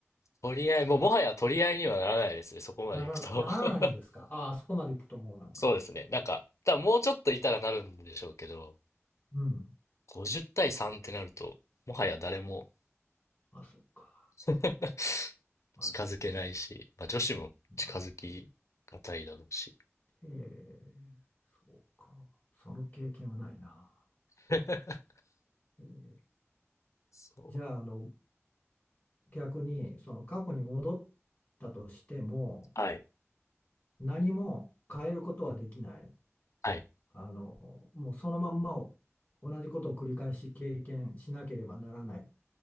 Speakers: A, on the left; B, on the left.
A: 取り合い、もうもはや取り合いにはならないですね、そこまで行くと。
B: ならな、ならないんですか。
A: <laughs>
B: ああ、そこまで行くともうなんか。
A: そうですね。なんか、多分もうちょっといたらなるんでしょうけど、
B: うん。
A: 50対3ってなると、もはや誰も
B: あ、そうか。
A: <laughs>
B: まずいね。
A: 近づけないし、まあ女子も近づきがたいだろうし。
B: なるほど。ええ、そうか。その経験はないな。
A: <laughs>
B: ええ、
A: そう。
B: じゃあ、あの、逆にその過去に戻ったとしても
A: はい。
B: 何も変えることはできない。
A: はい。
B: あの、もうそのまんまを同じことを繰り返し経験しなければならない。